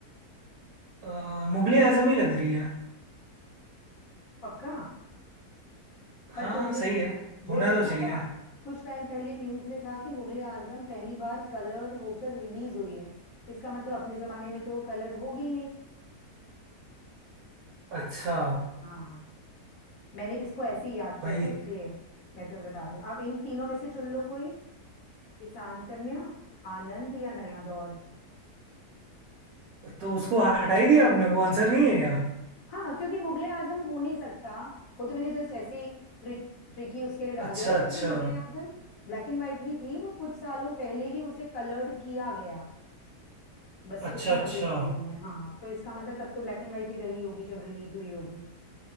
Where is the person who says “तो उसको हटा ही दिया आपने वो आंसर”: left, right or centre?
Right